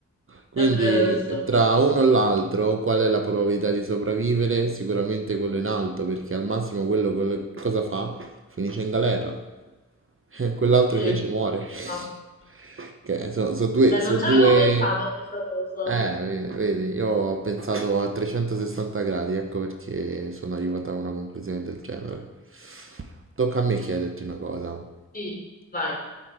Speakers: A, on the right; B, on the left.
A: Quindi
B: È vero questo.
A: eh, tra uno e l'altro qual è la probabilità di sopravvivere? Sicuramente quello in alto, perché al massimo quello, quello- cosa fa? Finisce in galera. <laughs> Eh, Quell'altro
B: Sì,
A: invece muore.
B: esatto.
A: <laughs> Che sono, due,
B: Beh, non
A: so
B: ci
A: due...
B: avevo pensato a questa cosa.
A: Eh, ve- vedi, io ho pensato a 360 gradi, ecco perché sono arrivato a una conclusione del genere. Tocca a me chiederti una cosa.
B: Sì, vai.